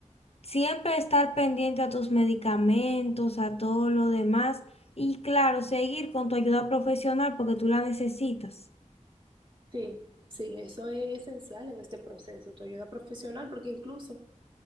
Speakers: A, on the left; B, on the right.
A: Siempre estar pendiente a tus medicamentos, a todo lo demás y claro, seguir con tu ayuda profesional porque tú la necesitas.
B: Sí, sí, eso es esencial en este proceso, tu ayuda profesional, porque incluso